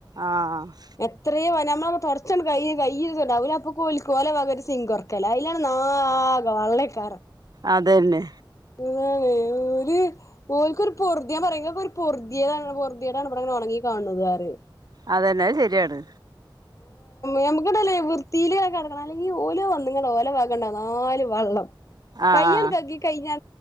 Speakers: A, on the right (about 50°); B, on the left (about 40°).
A: ആഹ്
B: എത്രയ വ നമ്മളട് തൊടച്ചണ്ട് ക കയ് അപ്പക്ക് ഓല് കോലെ വക ഒരു സിങ്ക് ഓർക്കല അയ്ലാണെ നാഗെ വള്ളക്കര
A: അതന്നെ
B: <unintelligible> ഒര് ഓൽക്കൊരു പൊറുതി ഞാൻ പറയ ഒരു പൊറുതിയെടാണ് പറുതിയെടാണ് ഇവിടെങ്ങന ഒണങ്ങി കാണ്ണത് അറി
A: അതന്നെ അത് ശരിയാണ്
B: ഞമ്മക്കടല്ലേ വൃത്തിയില കെടക്കണം അല്ലെങ്കി ഓല് വന്ന്ങ്ങാണ്ട് നിങ്ങള ഓലോ ക്കണ്ട നാല് വെള്ളം
A: ആഹ്
B: കയ്യാണ്
A: ആഹ്
B: കി കഴഞ്ഞാ